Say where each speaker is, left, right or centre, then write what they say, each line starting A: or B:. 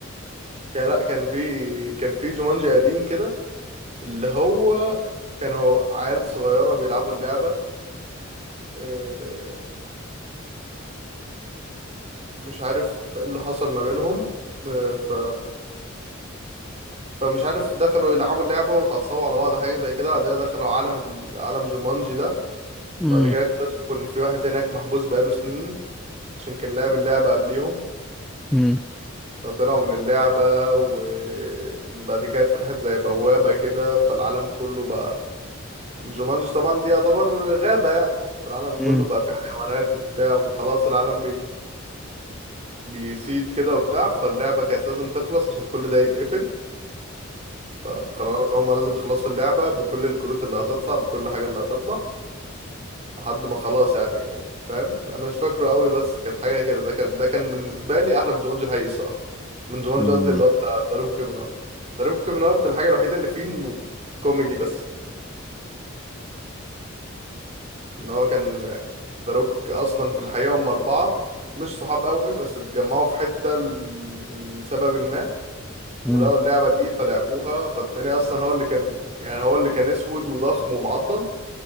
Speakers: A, on the right; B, in the centre.
A: كان لا كان في كان في جومانجي قديم كده اللي هو كانوا عيال صغيره بيلعبوا اللعبه آه، مش عارف ايه اللي حصل ما بينهم آه، ف فمش عارف دخلوا يلعبوا اللعبه وتعصبوا على بعض حاجه زي كده بعد كده دخلوا عالم ال- عالم جومانجي ده
B: امم
A: بعد كده اكتشفوا ان في واحد هناك محبوس بقاله سنين عشان كان لعب اللعبة قبليهم
B: امم
A: فطلعوا من اللعبة وبعد كده اتفتحت زي بوابة كده فالعالم كله بقى جومانجي طبعا دي يعتبر غابة يعني فالعالم كله
B: امم
A: بقى فيه حيوانات وبتاع وخلاص العالم بي... بيسيد كده وبتاع فاللعبة كانت لازم تخلص عشان كل ده يتقفل فقرروا ان هما لازم يخلصوا اللعبة بكل الكروت اللي هتطلع بكل حاجة اللي هتطلع لحد ما خلاص يعني فاهم انا مش فاكره قوي بس كانت حاجه كده ده كان ده كان بالنسبه لي احلى من جومانجي الحقيقي الصراحه من جومانجي
B: امم
A: قصدي اللي هو بتاع داروكو كيفن هارت داروكو كيفن هارت الحاجه الوحيده اللي فيه انه كوميدي بس ان هو كان داروك اصلا في الحقيقه هم اربعه مش صحاب قوي بس اتجمعوا في حته ل- لسبب ما ولقوا
B: امم
A: اللعبه دي فلعبوها فالتاني اصلا هو اللي كان يعني هو اللي كان اسود وضخم ومعضل